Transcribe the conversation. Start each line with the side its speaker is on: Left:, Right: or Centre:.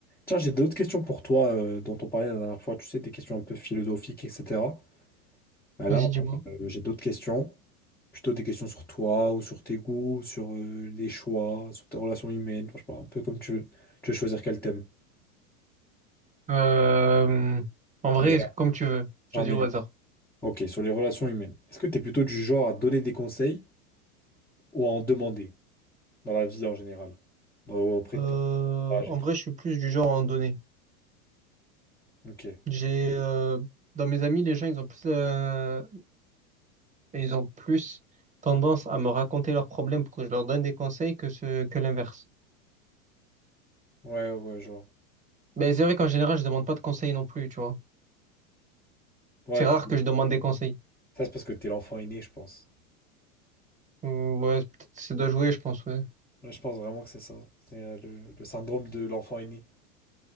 Centre: Tiens, j'ai d'autres questions pour toi euh, dont on parlait la dernière fois, tu sais, des questions un peu philosophiques, etc. Mais là,
Right: Vas-y,
Centre: vraiment,
Right: dis-moi.
Centre: euh, j'ai d'autres questions, plutôt des questions sur toi ou sur tes goûts, sur euh, les choix, sur tes relations humaines, Enfin, je sais pas, un peu comme tu veux. Tu veux choisir quel thème?
Right: Euh, en vrai,
Centre: Vas-y,
Right: comme tu veux.
Centre: j'en
Right: Choisis
Centre: ai
Right: au
Centre: une.
Right: hasard.
Centre: Ok, sur les relations humaines. Est-ce que tu es plutôt du genre à donner des conseils ou à en demander dans la vie en général? Dans- Auprès
Right: Euh,
Centre: de ton entourage
Right: en
Centre: et tout.
Right: vrai, je suis plus du genre à en donner.
Centre: Ok.
Right: J'ai euh, dans mes amis, les gens, ils ont plus, euh, ils ont plus tendance à me raconter leurs problèmes pour que je leur donne des conseils que ce que l'inverse.
Centre: Ouais, ouais, je vois.
Right: Mais c'est vrai qu'en général, je demande pas de conseils non plus, tu vois.
Centre: Ouais,
Right: C'est rare
Centre: tu...
Right: que je demande des conseils.
Centre: ça c'est parce que t'es l'enfant aîné, je pense.
Right: Euh, ouais, peut-être c'est de jouer, je pense. ouais.
Centre: Ouais, je pense vraiment que c'est ça. C'est euh, le, le syndrome de l'enfant aîné.